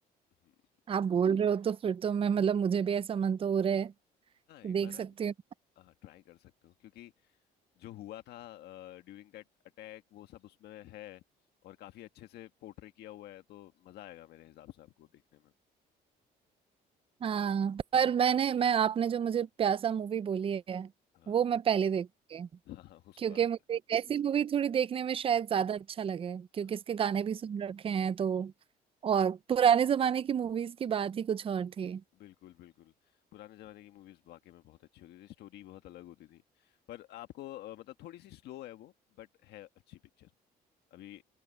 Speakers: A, on the left (about 75°); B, on the right (about 35°).
A: हम्म।
B: आप बोल रहे हो तो फिर तो मैं मतलब मुझे भी ऐसा मन तो हो रहा है
A: हाँ एक
B: देख
A: बार
B: सकती
A: आप
B: हूँ
A: हाँ ट्राई कर सकते हो क्योंकि जो हुआ था ड्यूरिंग दैट अटैक वो सब उसमें है और काफी अच्छे से पोर्ट्रे किया हुआ है तो मजा आएगा मेरे हिसाब से आपको देखने में
B: हाँ पर मैंने मैं आपने जो मुझे प्यासा मूवी बोली है
A: हाँ
B: वो मैं पहले देखूंगी
A: हाँ हाँ, उसको
B: क्योंकि
A: आप
B: मुझे ऐसी मूवी थोड़ी देखने में शायद ज्यादा अच्छा लगे क्योंकि
A: हाँ,
B: इसके गाने भी सुन रखे हैं तो और पुराने जमाने की मूवीज की बात ही कुछ और थी
A: बिल्कुल बिल्कुल पुराने जमाने की मूवीज वाकई में बहुत अच्छी होती थी स्टोरी बहुत अलग होती थी पर आपको अ, मतलब थोड़ी सी स्लो है वो बट है अच्छी पिक्चर अभी